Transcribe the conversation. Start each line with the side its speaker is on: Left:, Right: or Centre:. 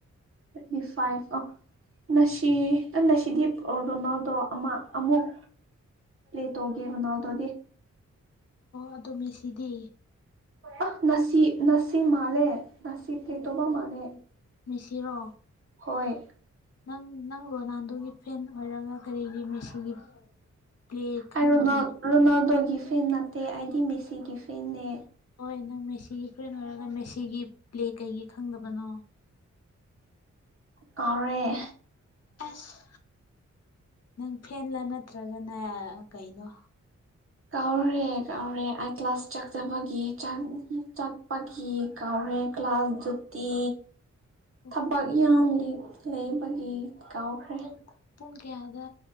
Right: twenty five ꯑꯣ ꯉꯁꯤ ꯅꯁꯤꯗꯤ ꯔꯣꯅꯥꯜꯗꯣ ꯑꯃ ꯑꯃꯨꯛ ꯄ꯭ꯂꯦ ꯇꯧꯒꯦ ꯔ‌ꯣꯅꯥꯜꯗꯣꯗꯤ
Left: ꯑꯗ‌ꯣ ꯃꯦꯁꯤꯗꯤ
Right: ꯑ ꯉꯁꯤ ꯉꯁꯤ ꯃꯥꯜꯂꯦ ꯉꯁꯤ ꯄ꯭ꯂꯦ ꯇꯧꯕ ꯃꯥꯜꯂꯦ꯫
Left: ꯃꯦꯁꯤꯔꯣ
Right: ꯍꯣꯏ
Left: ꯅꯪ ꯅꯪ ꯔꯣꯅꯥꯜꯗ‌ꯣꯒꯤ ꯐꯦꯟ ꯑꯣꯏꯔꯒ ꯀꯔꯤꯒꯤ ꯃꯦꯁꯤꯒꯤ ꯄ꯭ꯂꯦ ꯈꯪꯗꯕꯅꯣ꯫
Right: ꯑꯩ ꯔꯣꯅꯥꯜ ꯔꯣꯅꯥꯜꯗꯣꯒꯤ ꯐꯦꯟ ꯅꯠꯇꯦ ꯑꯩꯗꯤ ꯃꯦꯁꯤꯒꯤ ꯐꯦꯟꯅꯦ꯫
Left: ꯍꯣꯏ ꯅꯪ ꯃꯦꯁꯤꯒꯤ ꯐ꯭ꯔꯦꯟ ꯑꯣꯏꯔꯒ ꯃꯦꯁꯤꯒꯤ ꯄ꯭ꯂꯦ ꯀꯩꯒꯤ ꯈꯪꯗꯕꯅꯣ꯫
Right: ꯀꯥꯎꯔ‌ꯦ
Left: ꯑꯁ ꯅꯪ ꯐꯦꯟꯂꯥ ꯅꯠꯇ꯭ꯔꯒꯅ ꯀꯩꯅꯣ
Right: ꯀꯥꯎꯔꯦ ꯀꯥꯎꯔꯦ ꯑꯩ ꯀ꯭ꯂꯥꯁ ꯆꯥꯛꯆꯕꯒꯤ ꯆꯥꯛ ꯆꯥꯛꯄꯒꯤ ꯀꯥꯎꯔ‌ꯦ ꯀ꯭ꯂꯥꯁ ꯖꯨꯇꯤ
Left: <inaudible>
Right: ꯊꯕꯛ ꯌꯥꯝ ꯂꯩ ꯂꯩꯕꯒꯤ ꯀꯥꯎꯈ꯭ꯔꯦ
Left: ꯄꯨꯡ ꯄꯨꯡ ꯀꯌꯥꯗ